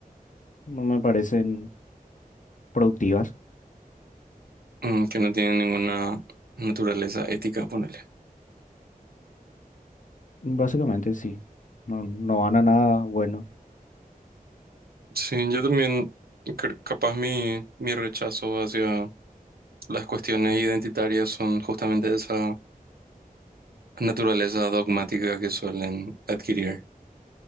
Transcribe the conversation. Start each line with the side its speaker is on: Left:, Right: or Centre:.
Left: no me parecen productivas.
Right: mm, que no tiene ninguna naturaleza ética, ponerle.
Left: Básicamente, sí. No, no van a nada bueno.
Right: Sí, yo también, cre- capaz mi, mi rechazo hacia las cuestiones identitarias son justamente de esa naturaleza dogmática que suelen adquirir